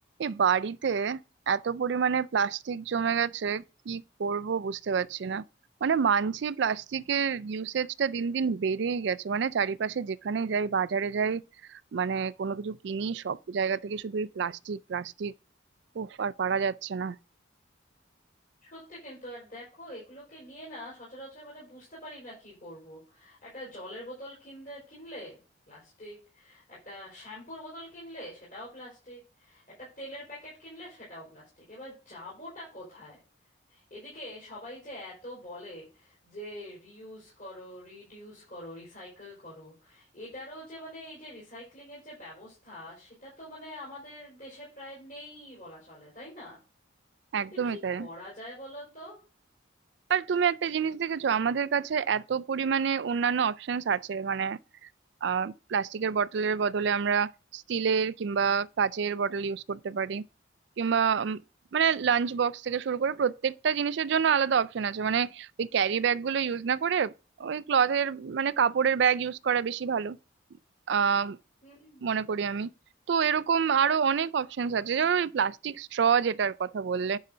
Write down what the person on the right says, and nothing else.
এই বাড়িতে এত পরিমাণে প্লাস্টিক জমে গেছে কি করব বুঝতে পারছি না মানে মানছি প্লাস্টিকের ইউসেজটা দিন দিন বেড়েই গেছে মানে চারিপাশে যেখানেই যাই বাজারে যাই মানে কোনো কিছু কিনি সব জায়গা থেকে শুধু এই প্লাস্টিক প্লাস্টিক উফ আর পারা যাচ্ছে না
একদমই
তাই
আর তুমি একটা জিনিস দেখেছো আমাদের কাছে এত পরিমাণে অন্যান্য অপশনস আছে মানে আহ প্লাস্টিকের বটলের বদলে আমরা স্টিলের কিংবা কাচের বটল ইউজ করতে পারি কিংবা উম, মানে লাঞ্চ বক্স থেকে শুরু করে প্রত্যেকটা জিনিসের জন্য আলাদা অপশন আছে মানে ওই ক্যারি ব্যাগ গুলো ইউজ না করে ওই ক্লথের মানে কাপড়ের ব্যাগ ইউজ করা বেশি ভালো আহ
মনে করি আমি তো এরকম আরো অনেক অপশনস আছে যেমন ওই প্লাস্টিক স্ট্র যেটার কথা বললে